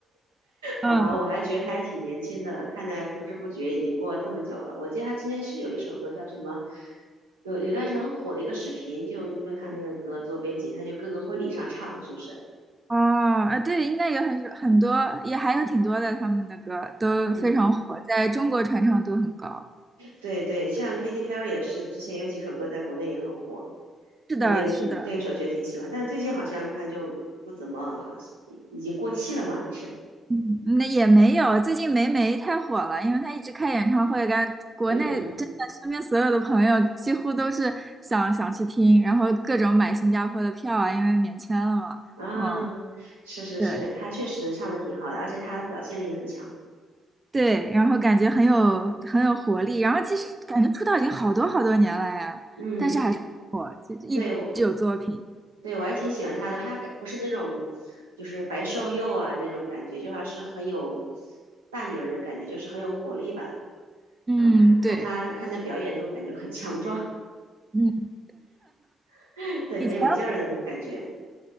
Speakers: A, on the right (about 25°); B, on the right (about 85°).
A: 嗯
B: 好吧，我还觉得他还挺年轻的了，看来不知不觉已经过了这么久了。我记得他之前是有一首歌叫什么，有有段时间很火的一个视频，就用用他那个歌做背景，他就各个婚礼上唱，是不是？
A: 哦，啊，对，应该有很很多，也还有挺多的，他们的歌都非常火，
B: 嗯，
A: 在中国传唱度很高。
B: 对对，像 Katy Perry 也是，之前有几首歌在国内也很火，
A: 是的，
B: 就那个时候那个时候觉得挺喜欢，
A: 是的，
B: 但最近好像她就不怎么好，已经过气了吗？还是？
A: 嗯，那也没有，最近霉霉太火了，因为她一直开演唱会，感国内真的身边所有的朋友几乎都是想想去听，
B: 嗯，
A: 然后各种买新加坡的票啊，因为免签了嘛。
B: 啊，
A: 嗯，
B: 是是是，
A: 对
B: 她确实唱的挺好的，而且她表现力也很强。
A: 对，然后感觉很有很有活力，然后其实感觉出道已经好多好多年了呀，
B: 嗯，
A: 但是还是很火，就一直有作品。
B: 对我对我还挺喜欢她的，她感不是那种就是白瘦幼啊那种感觉，就还是很有大女人的感觉，就是很有活力吧。
A: 嗯，
B: 然后看看她看她表演，
A: 对，
B: 就感觉很强壮，
A: 嗯，
B: <laughs> 对，
A: 以前
B: 很有劲儿的那种感觉。